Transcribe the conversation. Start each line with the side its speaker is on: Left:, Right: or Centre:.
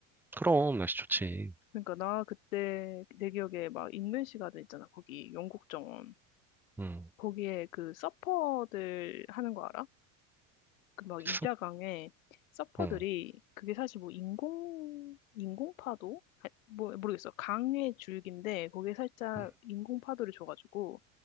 Centre: 그럼 날씨 좋지.
Left: 그러니까 나 그때 내 기억에 막 인벤시 가든 있잖아. 거기 영국 정원.
Centre: 응,
Left: 거기에 그 서퍼들 하는 거 알아? 그 막 이자강에
Centre: 숲,
Left: 서퍼들이
Centre: 어,
Left: 그게 사실 뭐 인공, 인공파도? 아, 뭐, 모르겠어. 강의 줄기인데 거기에 살짝
Centre: 응,
Left: 인공파도를 줘가지고